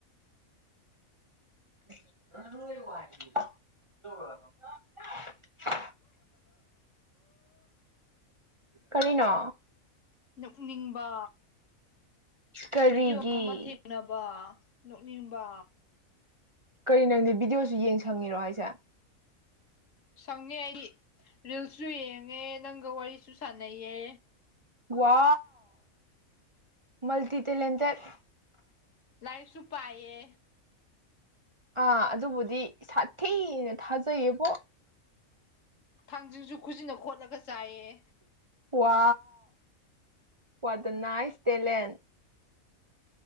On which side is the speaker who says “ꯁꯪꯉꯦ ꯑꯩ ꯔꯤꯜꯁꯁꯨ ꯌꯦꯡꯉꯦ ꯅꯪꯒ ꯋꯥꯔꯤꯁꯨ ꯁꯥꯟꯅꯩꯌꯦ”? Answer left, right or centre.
Left